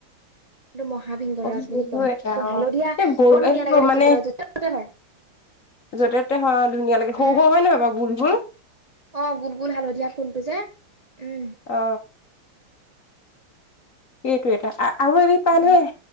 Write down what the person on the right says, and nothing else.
একটো মহাবভিংগ ৰাজ
বুলি কয়
একটো
হালধীয়া বৰ
ধুনীয়া
লাগে দেখিবলৈ
য'তে ত'তে হয়।
উম
অ গোল-গোল হালধীয়া ফুলটো যে উম।
উম,